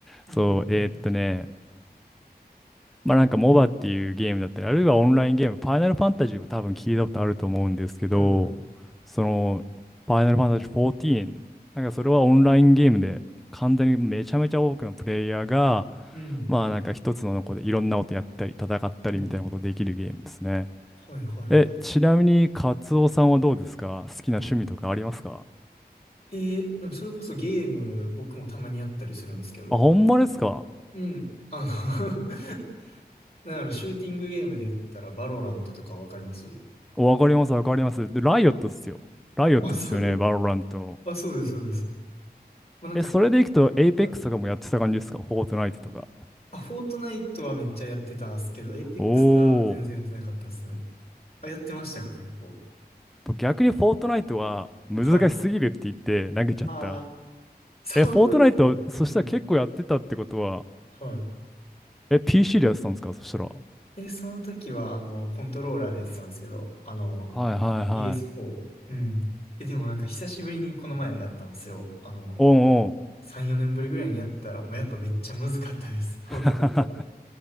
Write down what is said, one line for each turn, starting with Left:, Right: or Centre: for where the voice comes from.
Left: うん。
Centre: そう、えーっとね、まあなんかモバっていうゲームだったり、あるいはオンラインゲーム、ファイナルファンタジーは多分聞いたことあると思うんですけど、
Left: はい。はい。はい
Centre: その、ファイナルファンタジー14、なんかそれはオンラインゲームで、完全にめちゃめちゃ多くのプレイヤーが、
Left: うん
Centre: まあなんか一つの子でいろんなことやったり、戦ったりみたいなことできるゲームですね。
Left: うん。い。ね。はいはいはい。
Centre: え、ちなみに、カツオさんはどうですか好きな趣味とかありますか
Left: えー、でもそれこそゲーム僕もたまにやったりするんですけど、
Centre: あ、ほんまですか
Left: うん。あの <laughs> なんだろう、シューティングゲームで言ったらバロラントとかわかります
Centre: わかります、わかります。で、ライオットっすよ。ライオットっすよね、
Left: あ、そう、
Centre: バロラント。
Left: あ、そうです、そうです。まあ、なんか
Centre: え、それでいくと、エイペックスとかもやってた感じですかフォートナイトとか。
Left: はいあ、フォートナイトはめっちゃやってたっすけど、エイペックスが全然やってなかったっすね。
Centre: おー。
Left: あ、やってましたか、結構。
Centre: 僕逆にフォートナイトは難しすぎるって言って投げちゃった。
Left: はい。ああ、そうですよね。
Centre: え、フォートナイト、
Left: うんうん。
Centre: そしたら結構やってたってことは、
Left: は
Centre: え、PC でやってたんですかそしたら。
Left: い。え、その時は、あの、コントローラーでやってたんですけど、あの、
Centre: はいはいはい。
Left: PS4。うん。え、でもなんか久しぶりにこの前やったんですよ。あの、
Centre: おんおん。
Left: 3、4年ぶりぐらいにやったら、もうやっぱめっちゃ難かったです、<laughs> フォートナイトは。
Centre: <laughs>